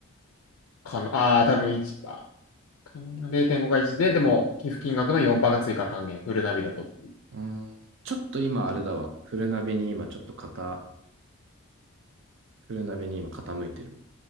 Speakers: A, on the left (about 60°); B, on the right (about 55°).
A: かな、あー、多分1%かな。0.5が1で、でも寄付金額の4%が追加還元、フルナビだと。
B: うーん。ちょっと今あれだわ。フルナビに今ちょっと肩、フルナビに今傾いてるわ。